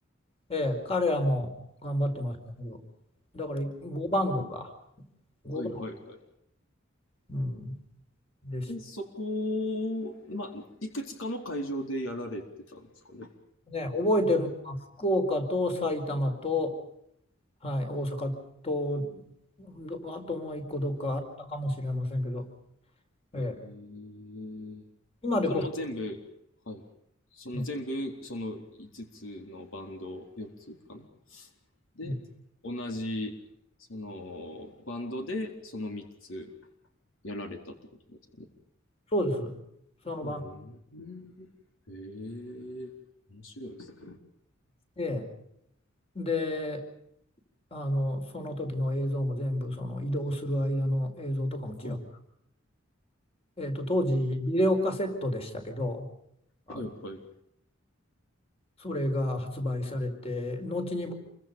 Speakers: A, on the left (about 30°); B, on the left (about 75°).
A: ええ彼らも頑張ってましたけど、だから5バンドか、5バンド、
B: はいはいはい。
A: うん、です。
B: で、そこ、まあ、いくつかの会場でやられてたんですかね。
A: ね、覚えてるのは福岡と埼玉と、
B: その
A: はい、大阪と、どあともう一個どっかあったかもしれませんけど、ええ
B: えー、
A: 今でこそ、
B: それも全部、はい。その全部、
A: う
B: その5つつのバンド、4つかなで、
A: ん
B: 同じ、その、バンドで、その3つやられたってことですかね。
A: そうです、そのバンド
B: うん。へえ、面白いですね。
A: で、で、あのその時の映像も全部その移動する間の映像とかもちら、
B: はい、
A: えーと、当時ビデオカセットでしたけどあの
B: はい、はい、
A: それが発売されて後に、